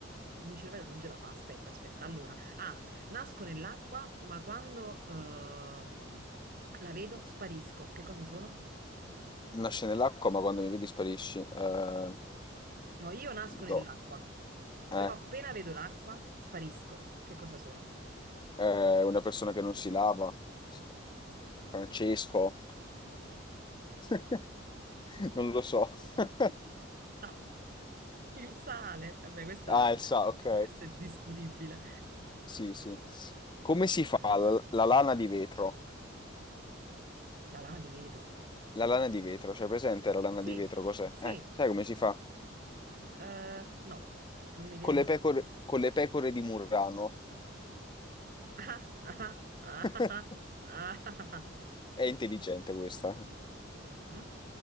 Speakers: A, on the right; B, on the left.
A: Il mio cervello non ce la fa, aspetta, aspetta. Allora, ah, nasco nell'acqua, ma quando ehm, la vedo sparisco. Che cosa sono?
B: Nasce nell'acqua, ma quando mi vedi sparisci. Eh,
A: No, io nasco
B: gli
A: nell'acqua,
B: do. Eh,
A: però appena vedo l'acqua sparisco. Che cosa sono?
B: eh, una persona che non si lava. Sì. Francesco. <laughs> Non lo so.
A: <laughs>
B: <laughs>
A: Ah, il sale. Vabbè, questa,
B: Ah,
A: <laughs> questa
B: il sa, ok.
A: è discutibile.
B: Sì, sì. Come si fa la, la lana di vetro?
A: La lana di vetro.
B: La lana di vetro, c'è presente la lana
A: Sì,
B: di vetro? Cos'è?
A: sì.
B: Eh, sai come si fa?
A: Eh, no, non mi viene
B: Con
A: niente.
B: le pecore, con le pecore di Murrano.
A: <laughs> Ah, ah, ah,
B: <laughs>
A: ah, ah, ah, ah.
B: È intelligente questa.
A: Mhm.